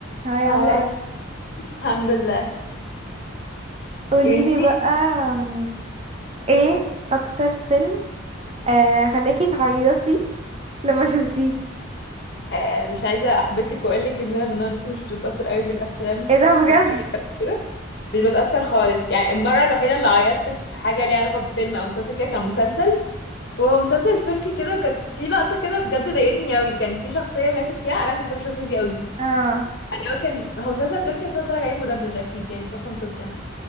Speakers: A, on the right; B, on the left.
A: هاي
B: اه
A: عاملة ايه
B: الحمد لله
A: قوليلي
B: يا بنتي
A: بقى أم، ايه اكتر فيلم آه خلاكي تعيطي لما شفتيه
B: آه مش عايزه احبطك واقول لك ان انا من النوع لسه مش بتتاثر قوي بالافلام
A: ايه ده بجد
B: بحكم الألف <laughs> كده مش بتاثر خالص يعني المره الوحيده اللي عيطت في حاجه ليها علاقه بفيلم او مسلسل كده كان مسلسل وهو مسلسل تركي كده وكانت في لقطه كده بجد ضايقتني قوي كان في شخصيه ماتت فيها انا كنت بحب الشخصيه دي قوي
A: اه
B: يعني هو كان هو مسلسل تركي بس أنا بتفرج عليه مدبلج اكيد يعني مش بفهم تركي انا